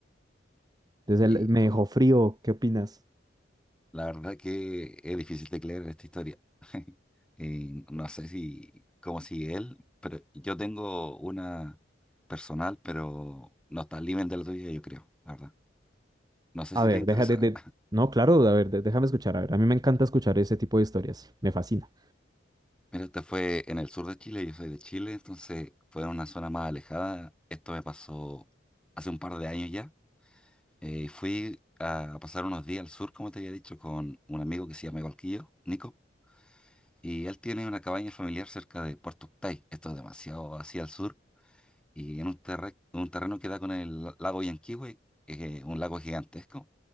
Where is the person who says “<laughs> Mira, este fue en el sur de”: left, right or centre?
Centre